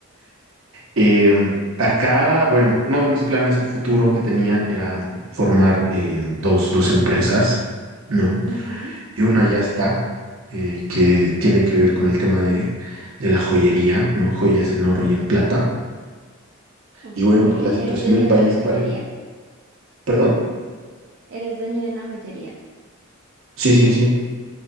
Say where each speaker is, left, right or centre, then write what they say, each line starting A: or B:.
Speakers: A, on the right; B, on the right.
A: Em, acá, bueno, uno de mis planes a futuro que tenía era formar eh, dos, dos empresas, ¿no?
B: ujú.
A: Y una ya está, eh, que tiene que ver con el tema de, de la joyería, ¿no? Joyas en oro y en plata.
B: Ok,
A: Y bueno,
B: eres
A: por la situación
B: dueño
A: del país,
B: de una joyería.
A: pare... ¿Perdón?
B: Eres dueño de una joyería.
A: Sí, sí, sí.